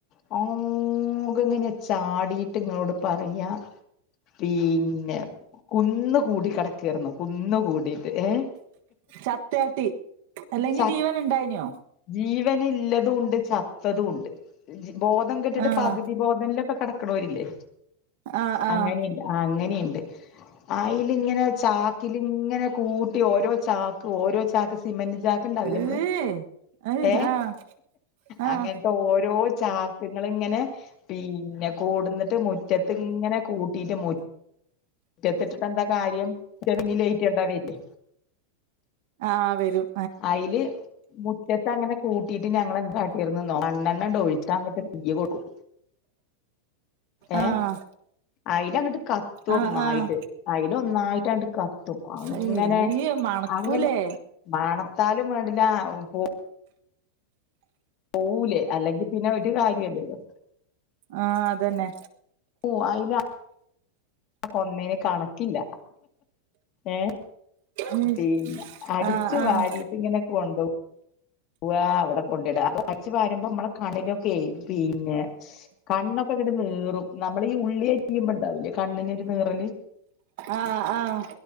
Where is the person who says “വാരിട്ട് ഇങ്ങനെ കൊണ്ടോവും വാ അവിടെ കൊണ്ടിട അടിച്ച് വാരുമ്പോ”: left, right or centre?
Left